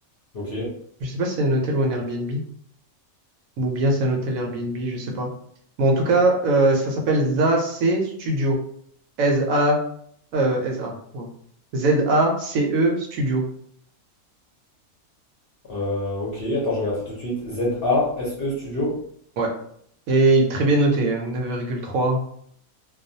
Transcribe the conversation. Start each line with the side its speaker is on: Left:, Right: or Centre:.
Left: Ok.
Right: Je sais pas si c'est un hôtel ou un Airbnb, ou bien c'est un hôtel Airbnb, je sais pas. bon en tout cas, euh, ça s'appelle ZAC Studio. S-A euh, S-A. ouais. Z-A-C-E Studio.
Left: Euh, ok, attends, je regarde ça tout de suite. Z-A-S-E Studio?
Right: Ouais. Et il est très bien noté, hein, 9,3